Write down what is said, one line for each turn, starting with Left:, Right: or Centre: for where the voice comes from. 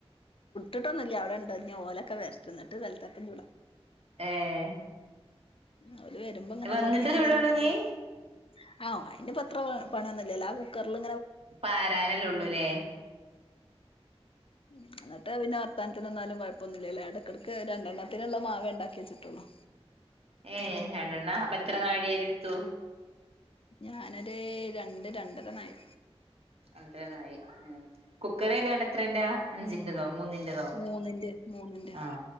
Left: ഇട്ടൊന്നുമല്ല അടെണ്ട ഓലൊക്കെ വരത്ത നിട്ട് വിലത്തപ്പ ചൂടാം
Right: ഏഹ്
Left: ഉം അവര് വരുമ്പോ ഇങ്ങനെ ഉണ്ടാക്കിയാൽ
Right: വന്നിട്ടേ
Left: മതിയല്ലാ
Right: ചുടൊള്ളൂ
Left: എന്നുള്ളത്
Right: ഇഞ്ഞ്
Left: ആഹ അതിന്റെ പത്ര പണന്നല്ല കുക്കറില
Right: ഇപ്പ ആരാനല്ല ഉള്ളൂല്ലേ
Left: ഉം എന്നിട്ട് വിനോ സംസ്ഥാനത്തിന്ന്നാലും കുഴപ്പൊന്ന ഇില്ലല്ലേ ഇടക്കിടയ്ക്ക് രണ്ടെണ്ണത്തിനുള്ള മാവേ ഉണ്ടാക്കി വെച്ചിട്ടുള്ളൂ
Right: ഏ രണ്ടെണ്ണ പ എത്ര നാഴിയരി എടുത്തു
Left: ഞാനൊരു രണ്ട് രണ്ടരനായി
Right: അന്ത്േ നായി ഉം കുക്കർ ഏതാാണ് എത്രന്റെ അഞ്ചിോ മൂന്ന് ോ
Left: മൂന്നിന്റെ മൂന്നിന്റെ
Right: ആഹ